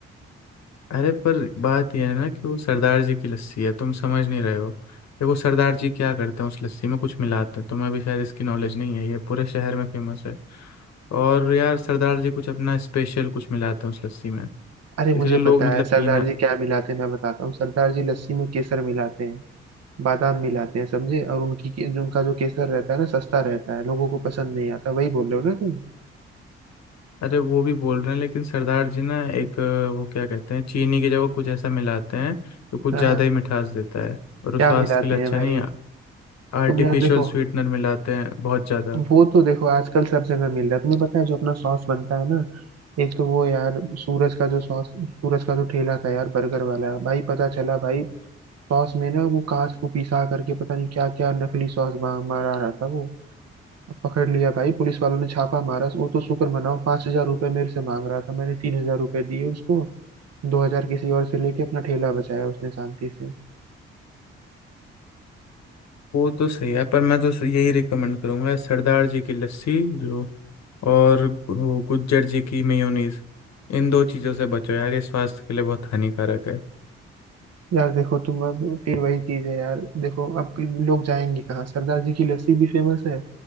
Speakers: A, on the left (about 65°); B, on the right (about 60°).
A: अरे पर बात यह है ना कि वो सरदार जी की लस्सी है तुम समझ नहीं रहे हो देखो सरदार जी क्या करते हैं उस लस्सी में कुछ मिलाते हैं तुम्हें भी शायद इसकी नॉलेज नहीं है ये पूरे शहर में फेमस है और यार सरदार जी कुछ अपना स्पेशल कुछ मिलाते हैं उस लस्सी में
B: अरे मुझे
A: इसलिए लोग
B: पता
A: मतलब
B: है सरदार
A: पीना
B: जी क्या मिलाते हैं मैं बताता हूँ सरदार जी लस्सी में केसर मिलाते हैं बादाम मिलाते हैं समझे और उनकी के- जो उनका जो केसर रहता है ना सस्ता रहता है लोगों को पसंद नहीं आता वही बोल रहे हो ना तुम
A: अरे वो भी बोल रहे हैं लेकिन सरदार जी ना एक अ, वो क्या कहते हैं चीनी की जगह कुछ ऐसा मिलाते हैं जो कुछ
B: हाँ
A: ज़्यादा
B: हाँ
A: ही मिठास देता है और वो
B: क्या
A: स्वास्थ्य
B: मिलाते
A: के लिए अच्छा
B: हैं भाई
A: नहीं है आर्टिफिशियल
B: तुम यार देखो
A: स्वीटनर मिलाते हैं बहुत ज़्यादा
B: वो तो देखो आजकल सब जगह मिल रहा है तुम्हें पता है जो अपना सॉस बनता है ना एक तो वो यार सूरज का जो सॉस सूरज का जो ठेला था यार बर्गर वाला भाई पता चला भाई सॉस में ना वो कांच को पिसा करके पता नहीं क्या क्या नकली सॉस बा- मारा रहा था वो अब पकड़ लिया भाई पुलिस वालों ने छापा मारा वो तो शुक्र मनाओ पांच हजार रुपये मेरे से मांग रहा था मैंने तीन हजार रुपये दिए उसको दो हजार किसी और से लेके अपना ठेला बचाया उसने शांति से
A: वो तो सही है पर मैं तो यही रिकमेंड करूंगा सरदार जी की लस्सी जो और वो गुज्जर जी की मेयोनीज इन दो चीज़ों से बचो यार ये स्वास्थ्य के लिए बहुत हानिकारक है
B: यार देखो तुम अब फिर वही चीज है यार देखो अब लोग जाएंगे कहाँ सरदार जी की लस्सी भी फेमस है